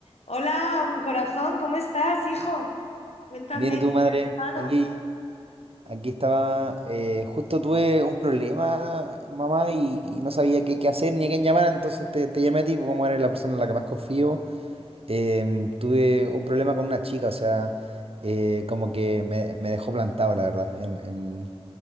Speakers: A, on the left (about 80°); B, on the right (about 65°).
A: Hola, corazón, ¿cómo estás, hijo? Cuéntame,
B: Bien, ¿y tú,
A: ¿qué
B: madre?
A: te has llamado?
B: Aquí, aquí estaba, eh, justo tuve un problema, mamá, y, y no sabía qué, qué hacer ni a quién llamar, entonces te, te llamé a ti, porque como eres la persona en la que más confío. Em, tuve un problema con una chica, o sea, eh, como que me, me dejó plantado, la verdad, en, en,